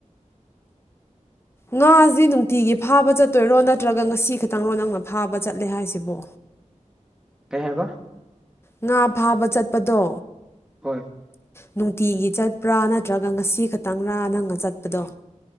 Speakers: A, on the left; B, in the centre.
A: ꯉꯥꯖꯦ ꯅꯨꯡꯇꯤꯒꯤ ꯐꯥꯕ ꯆꯠꯇꯣꯏꯔꯣ ꯅꯠꯇ꯭ꯔꯒ ꯉꯁꯤ ꯈꯇꯪꯔꯣ ꯅꯪꯅ ꯐꯥꯕ ꯆꯠꯂꯦ ꯍꯥꯏꯁꯤꯕꯣ
B: ꯀꯩ ꯍꯥꯏꯕ
A: ꯉꯥ ꯐꯥꯕ ꯆꯠꯄꯗꯣ
B: ꯍꯣꯏ
A: ꯅꯨꯡꯇꯤꯒꯤ ꯆꯠꯄ꯭ꯔꯥ ꯅꯠꯇ꯭ꯔꯒ ꯉꯁꯤ ꯈꯛꯇꯪꯔꯥ ꯅꯪꯅ ꯆꯠꯄꯗꯣ